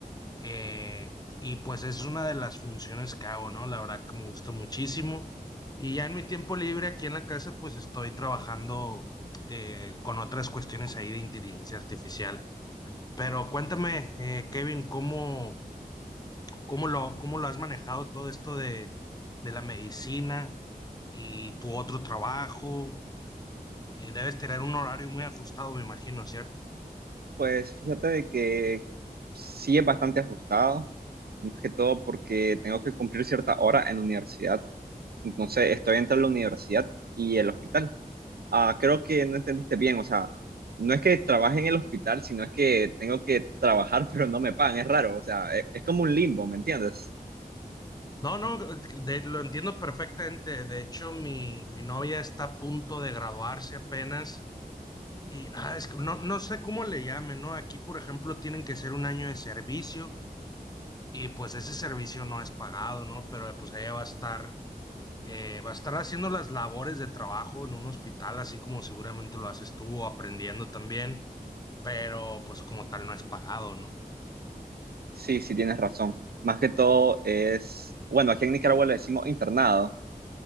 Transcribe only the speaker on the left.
Eh, y pues es una de las funciones que hago, ¿no? La verdad que me gusta muchísimo. Y ya en mi tiempo libre aquí en la casa, pues estoy trabajando eh, con otras cuestiones ahí de inteligencia artificial. Pero cuéntame, eh, Kevin, ¿cómo, cómo lo, cómo lo has manejado todo esto de, de la medicina y tu otro trabajo? Eh, debes tener un horario muy ajustado, me imagino, ¿cierto?
No, no, de- lo entiendo perfectamente. De hecho, mi, mi novia está a punto de graduarse apenas y ah, es que no, no sé cómo le llamen, ¿no? Aquí, por ejemplo, tienen que ser un año de servicio y pues ese servicio no es pagado, ¿no? Pero eh, pues ella va a estar, eh, va a estar haciendo las labores de trabajo en un hospital, así como seguramente lo haces tú, o aprendiendo también, pero pues como tal no es pagado, ¿no?